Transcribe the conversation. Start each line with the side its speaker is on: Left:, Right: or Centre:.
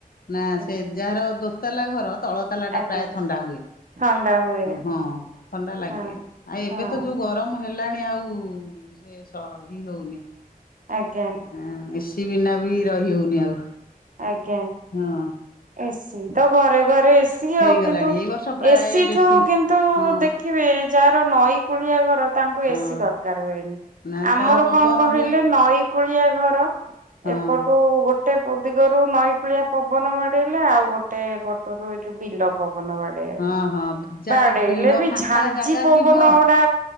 Left: ନା
Right: ଆଜ୍ଞା
Left: ସେ ଯାହାର ଦୋତାଲା ଘର ତଳ ତାଲା ଟା
Right: ଆଜ୍ଞା
Left: ପ୍ରାୟ ଥଣ୍ଡା ହୁଏ,
Right: ଥଣ୍ଡା ହୁଏ
Left: ହଁ ଥଣ୍ଡା ଲାଗେ,
Right: ହଁ
Left: ଆଉ
Right: ହଁ
Left: ଏବେ ତ ଯୋଉ ଗ ଗରମ ହେଲାଣି ଆଉ ସେ ସ ହି ହଉନି।
Right: ଆଜ୍ଞା।
Left: ହଁ ଏସି ବିନା ବି ରହି ହଉନି ଆଉ।
Right: ଆଜ୍ଞା,
Left: ହଁ
Right: ଏସି ତ ଘରେ ଘରେଏସ ସିଏ
Left: ହେଇଗଲାଣି
Right: ଆଉ କିନ୍ତୁ
Left: ଏଇ ବର୍ଷ ପ୍ରାୟ
Right: ଏସିଠୁ
Left: ବେଶୀ
Right: କିନ୍ତୁ
Left: ହଁ
Right: ଦେଖିବେ ଯାହାର ନଈ କୂଳିଆ ଘର ତାଙ୍କୁ
Left: ହଁ
Right: ଏସି ଦରକାର ହୁଏନି।
Left: ନା
Right: ଆମର
Left: ତାଙ୍କର ପବନ
Right: କଣ କହିଲେ
Left: ହୁଏ
Right: ନଈ କୂଳିଆ ଘର
Left: ହଁ
Right: ଏପଟୁ ଗୋଟେ ଦିଗରୁ ନଈକୂଳିଆ ପବନ ବାଡେଇଲେ ଆଉ ଗୋଟେ ପଟରୁ ଏଇଠୁ ବିଲ ପବନ ବାଡେଇ
Left: ହଁ ହଁ ଯାହାର
Right: ବାଡେଇଲେ
Left: ବିଲ
Right: ବି
Left: ଫାଙ୍କା
Right: ଝାଞ୍ଜି
Left: ଜାଗା
Right: ପବନ
Left: ଥିବ
Right: ଗୁଡା